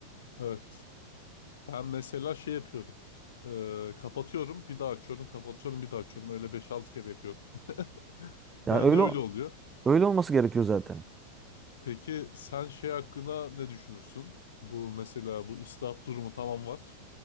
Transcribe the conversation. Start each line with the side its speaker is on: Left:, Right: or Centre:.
Left: Evet. Ben mesela şey yapıyorum. Ee, kapatıyorum, bir daha açıyorum, kapatıyorum, bir daha açıyorum. Öyle beş altı kere yapıyorum. <laughs>
Right: Yani
Left: Ben
Right: öyle
Left: de öyle oluyor.
Right: öyle olması gerekiyor zaten.
Left: Peki sen şey hakkında ne düşünürsün? Bu mesela bu israf durumu tamam var.